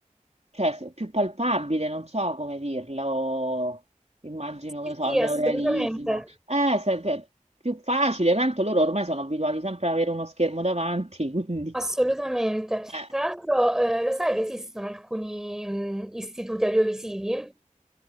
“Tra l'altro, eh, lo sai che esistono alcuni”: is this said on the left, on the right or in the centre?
Centre